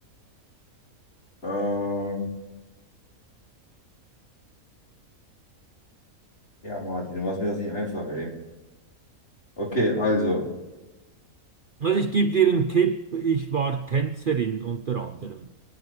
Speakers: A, on the left (about 45°); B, on the right (about 45°).
A: äh, ja, Martin, du machst mir das nicht einfach, ey. Okay, also.
B: Also ich gebe dir einen Tipp, ich war Tänzerin unter anderem.